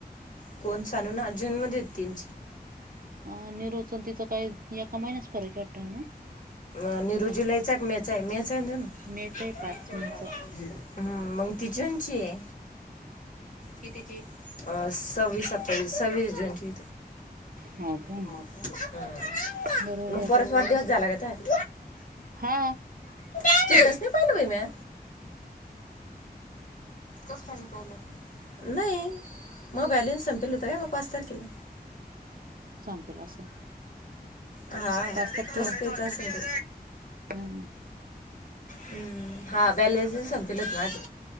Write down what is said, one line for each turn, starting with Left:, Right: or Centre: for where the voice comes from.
Left: कोण च काजन्म देती <inaudible>
Right: अ निरोच तिचं काय एका महिन्याच फरक आहे वाटतं ना
Left: आणि रुजी लय चांग <unintelligible> चॅनल <unintelligible>
Right: मेच आहे पाच मेचा
Left: हा मग ती जूनची ये कितीची अ सव्विस सत्ता सव्वीस जूनची
Right: हो का
Left: हम्म,
Right: बरोबर आहे
Left: मग पोराचा वाढदिवस झाला का तुझ्या?
Right: हा.
Left: स्टेटस नाही पायल बाई म्या. कस काय नाही पाहिल? नाही मग बॅलेन्स संपेल होत काय मग पाच तारखेला?
Right: संपेल असं
Left: हा
Right: पाच तारखेला
Left: तस कायच असेल बई
Right: हम्म
Left: हम्म हा बॅलसच संपेल होत माझं.